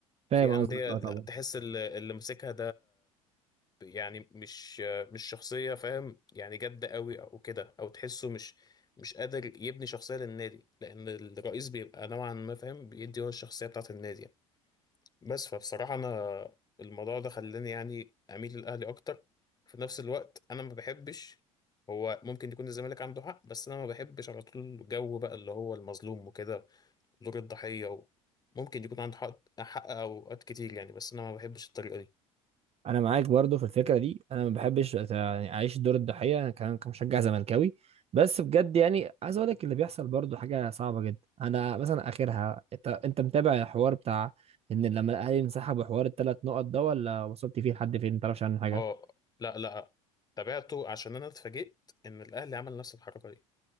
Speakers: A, on the right; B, on the left.
A: فاهم
B: في انديه
A: قصدك اه
B: لا
A: طبعا
B: تحس اللي اللي ماسكها يعني مش مش شخصية فاهم يعني جادة قوي او كده او تحسه مش مش قادر يبني شخصية للنادي لان الرئيس بيبقى نوعا ما فاهم بيدي هو الشخصية بتاعة النادي يعني. بس فبصراحة انا الموضوع ده خلاني يعني اميل للاهلي اكتر في نفس الوقت انا ما بحبش هو ممكن يكون الزمالك عنده حق بس انا ما بحبش على طول جو بقى اللي هو المظلوم وكده دور الضحية و... ممكن يكون عنده حق حق اوقات كتير يعني بس انا ما بحبش الطريقة دي
A: انا معاك برضه في الفكره دي انا ما بحبش أت- يعني اعيش دور الضحيه انا كمان كمشجع زملكاوي بس بجد يعني عايز اقول لك اللي بيحصل برضه حاجه صعبه جدا انا مثلا اخرها انت انت متابع الحوار بتاع ان لما الاهلي انسحب وحوار الثلاث نقط ده ولا وصلت فيه لحد فين ما تعرفش عنه حاجه
B: اه لا لا تابعته عشان انا اتفاجئت ان الاهلي عمل نفس الحركه دي